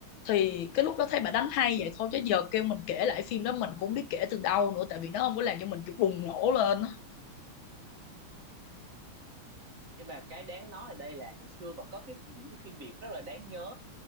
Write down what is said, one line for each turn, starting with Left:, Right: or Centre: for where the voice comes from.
Left: thì cái lúc đó thấy bà đánh hay vậy thôi chứ giờ kêu mình kể lại phim đó mình cũng không biết kể từ đâu nữa tại vì nó không có làm cho mình kiểu bùng nổ lên
Right: nhưng mà cái đáng nói ở đây là ngày xưa vẫn có cái những cái phim Việt rất là đáng nhớ